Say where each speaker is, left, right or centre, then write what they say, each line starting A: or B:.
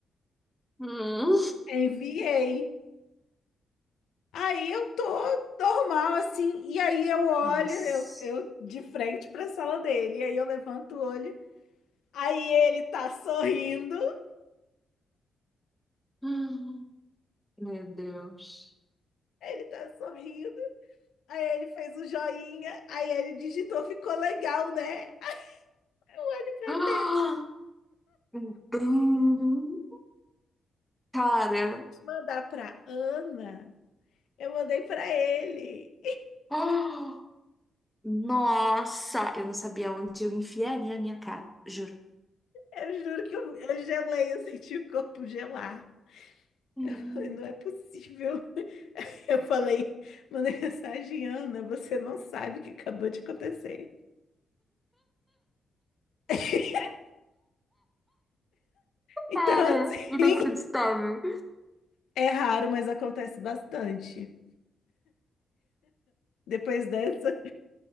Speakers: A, in the centre; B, on the left (about 90°).
A: Hum.
B: Enviei.
A: <laughs>
B: Aí eu tô normal, assim, e aí eu olho,
A: Nossa.
B: eu, eu de frente pra sala dele, e aí eu levanto o olho, aí ele tá sorrindo,
A: Hum. meu Deus.
B: ele tá sorrindo, aí ele fez o joinha, aí ele digitou, ficou legal, né? Aí Eu olho pra
A: <gasps> Ah!
B: dele,
A: Hum, cara,
B: mandar pra Ana, eu mandei pra ele,
A: Ah! nossa, eu não sabia onde eu enfiaria a minha cara, juro.
B: eu juro que eu, eu gelei, eu senti o corpo gelar,
A: Hum.
B: falei, não é possível. Eu falei, mandei mensagem, Ana, você não sabe o que acabou de acontecer. <laughs> Então,
A: Cara, inacreditável.
B: assim, é raro, mas acontece bastante. Depois dessa,